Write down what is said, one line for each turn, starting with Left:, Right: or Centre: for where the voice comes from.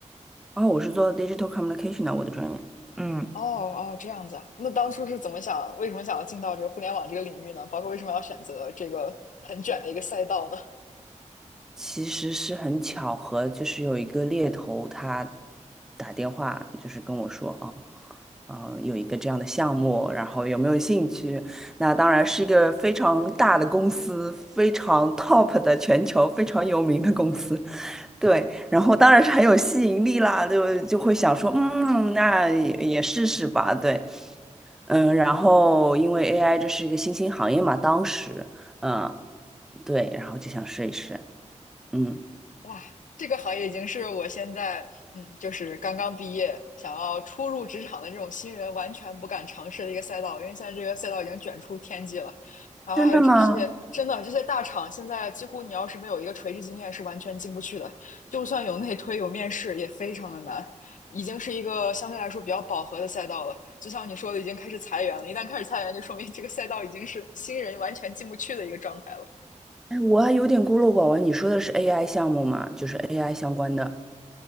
Centre: 然我是做 digital communication 的，我的专业，嗯，
Left: 哦哦，这样子啊。那当初是怎么想，为什么想要进到这个互联网这个领域呢？包括为什么要选择这个很卷的一个赛道呢？
Centre: 其实是很巧合，就是有一个猎头他打电话，就是跟我说，啊，呃，有一个这样的项目，然后有没有兴趣？那当然是一个非常大的公司，非常 top 的全球非常有名的公司，对，然后当然是很有吸引力啦，就就会想说，嗯，那也也试试吧，对，嗯，然后因为 AI 这是一个新兴行业嘛，当时，嗯，对，然后就想试一试，嗯，
Left: 哇，这个行业已经是我现在，嗯，就是刚刚毕业，想要初入职场的这种新人完全不敢尝试的一个赛道，因为现在这个赛道已经卷出天际了。然后还有这些，
Centre: 真的吗？
Left: 真的这些大厂，现在几乎你要是没有一个垂直经验，是完全进不去的。就算有内推有面试，也非常的难。已经是一个相对来说比较饱和的赛道了。就像你说的，已经开始裁员了。一旦开始裁员，就说明这个赛道已经是新人完全进不去的一个状态了。
Centre: 哎，我还有点孤陋寡闻，你说的是 AI 项目吗？就是 AI 相关的，